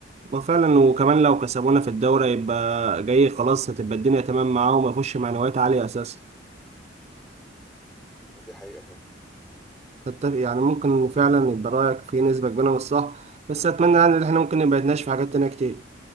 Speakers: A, on the right; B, in the centre.
A: وفعلا وكمان لو كسبونا في الدوري يبقى جاي خلاص هتبقى الدنيا تمام معاهم ويخش معنويات عاليه اساسا
B: دي حقيقة فعلا
A: تتفق يعني ممكن فعلا يبقى رايك في نسبه كبيره من الصح بس اتمنى يعني ان احنا ممكن نبقى نتناقش في حاجات تانيه كتير